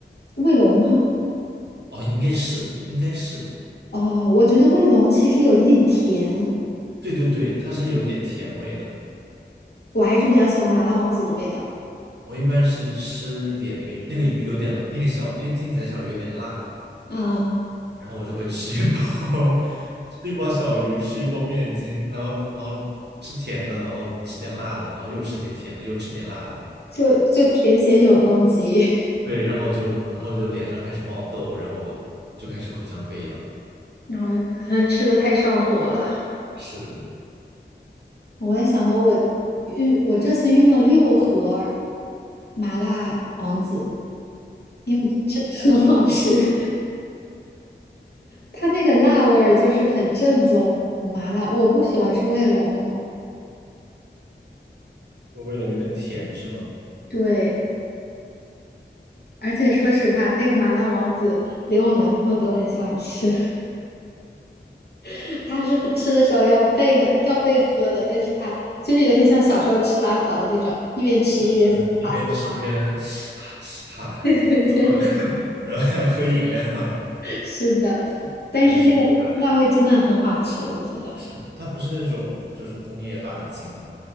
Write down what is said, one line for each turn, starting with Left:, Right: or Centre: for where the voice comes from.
Left: 卫龙吗？
Right: 哦，应该是，应该是，
Left: 哦，我觉得卫龙其实有一点甜，
Right: 对对对，它是有点甜味的。
Left: 我还是比较喜欢麻辣王子的味道。
Right: 我一般是吃一点那个那个鱼有点那个小那劲仔小鱼有点辣，
Left: 嗯，
Right: 然后我就会吃一包 <laughs> 吃一包小鱼，吃一包面筋，然后然后吃甜的，然后吃点辣的，然后又吃点甜的，又吃点辣的，
Left: 就就甜咸永动机，
Right: 对，然后就然后就脸上开始冒痘，然后就开始口腔溃疡，
Left: <laughs> 然后可能吃的太上火了。
Right: 是
Left: 我也想到我运，我这次运了六盒麻辣王子，因为真的很好吃。它那个辣味儿就是很正宗，很麻辣。我不喜欢吃卫龙，
Right: 我味道有点甜是吗？
Left: 对，而且说实话，那个麻辣王子连我男朋友都很喜欢吃，<laughs> 他是吃的时候要备要备喝的，但是他就是有点像小时候吃辣条的那种，一边吃一边嘶哈嘶哈。
Right: 是一边吃一边 <sighs> 哈，然后
Left: <laughs> 对对
Right: <laughs> 然后还要喝饮料。
Left: 对，是的，但是那个辣味真的很好吃，
Right: <laughs>
Left: 我觉得。
Right: 是，它不是那种就是工业辣精，